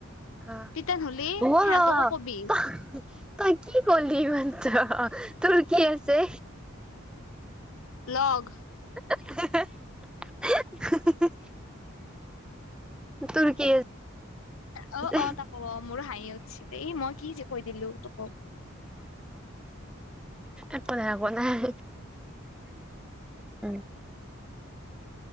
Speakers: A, in the centre; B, on the left (about 70°).
A: হা
B: তেতিয়ান হ'লে
A: ও
B: সিহঁতকো
A: ৰহ
B: কবি
A: তই কি কলি এইমাত্ৰ তোৰ কি আছে
B: লগ।
A: <unintelligible> তুৰ কি আছে।
B: অ অ তাক মোৰ হাঁহি উঠছি এই মই কি যে কৈ দিলো তোকো
A: একো নাই একো নাই। উম।